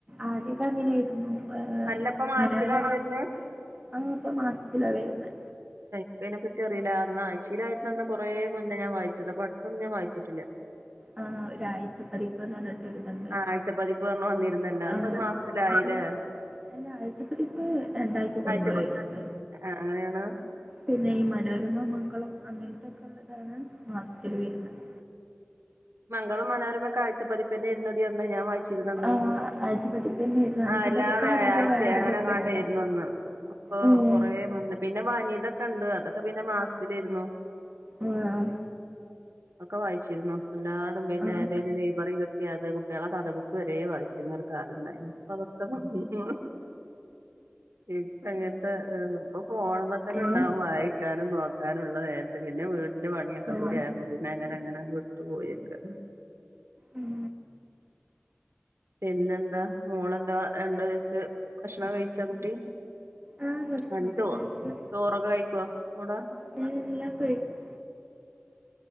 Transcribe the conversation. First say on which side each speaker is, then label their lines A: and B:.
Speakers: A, on the right; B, on the right.
A: ആദ്യത്തെ അങ്ങനെയായിരുന്നു ആം
B: അല്ല ഇപ്പൊ മാസത്തിലാണോ
A: <unintelligible>
B: വരുന്നത്
A: ആ ഇപ്പൊ മാസത്തിലാ വരുന്നേ
B: എനിക്കതിനെ പറ്റി അറിയില്ല അന്ന് ആഴ്ച്ചയിലാരുന്ന അന്ന് കെറേ മുന്നേ ഞാൻ വായിച്ചത് അപ്പൊ അടുത്തൊന്നും ഞാൻ വായിച്ചിട്ടില്ല
A: ആ ഒരാഴ്ച പതിപ്പ് എന്ന് പറഞ്ഞിട്ട് തണ്ട്
B: ആ ആഴ്ചപ്പതിപ്പ് പറഞ്ഞ് വന്നിരുന്നല്ലോ
A: ആ
B: അപ്പൊ അത് മാസത്തിലായില്ലേ
A: അതെ എല്ല ആഴ്ചപ്പതിപ്പ് രണ്ടാഴ്ച കൂടുമ്പളെ
B: ആഴ്ച പ-
A: വരുയുള്ളു
B: ആ, അങ്ങനെയാണ്
A: പിന്നെയി മനോരമ മംഗളം അങ്ങനത്തെക്കെള്ളതാണ് മാസത്തിൽ വരുന്നത്
B: മംഗളം മനോരമയൊക്കെ ആഴ്ച പതിപ്പന്നെയായിരുന്നു ഡീ അമ്മേ ഞാൻ വായി ച്ചിരുന്നന്ന്
A: ആഹ് ആഴ്ചപ്പതിപ്പന്നെയിരുന്നു ആഴ്ചപ്പതിപ്പ്ന്ന്
B: ആ എല്ലാവ്യാഴഴ്ചയും
A: പറഞ്ഞിട്ട് വേറൊരു
B: എങ്ങനെങ്ങാണ്ടേയിരുന്നു
A: ബുക്ക്ണ്ട്.
B: എന്ന് ഇപ്പൊ
A: ഏഹ്
B: കൊറെ മുന്ന് പിന്നെ വനിതക്കെണ്ട് അതൊക്കെ പിന്നെ മാസത്തിലേരുന്നു
A: ഉം
B: ഒക്കെ വായിച്ചിരുന്നു എല്ലാതും പിന്നെ
A: ആഹ്
B: എന്തേലും ലൈബറി കിട്ടിയ അത് കു കുട്ടികള് കഥ ബുക്ക് വരെ വായിച്ചിരുന്നൊരു കാലം ഉണ്ടായിരുന്നു പ്പ അതൊക്കെ നിന്ന് ഇപ്പ് എങ്ങനെ ഇപ്പൊ ഫോണ് മ്മെ തന്നെ
A: ഏഹ്
B: ഉണ്ടാവും വായിക്കാനും നോക്കാനുള്ള നേരത്തിന് പിന്നെ വീ ന്റെ പണിയൊക്കെ
A: ആഹ്
B: കൂടി ആരുന്നു പിന്നെ അങ്ങനെനങ്ങനെ വിട്ടു പോയൊക്കെ
A: ഉം
B: പിന്നെന്താ മോളെന്താ രണ്ടു വയസ് ഭക്ഷണം കഴിച്ചാ കുട്ടി
A: ആഹ് ഭക്ഷണൊക്കെ
B: മിണ്ടുവോ
A: കഴിച്ചു
B: ചോറൊക്കെ കഴിക്കുവോ കൂടെ
A: ഞാൻ എല്ലാം കഴിക്കും.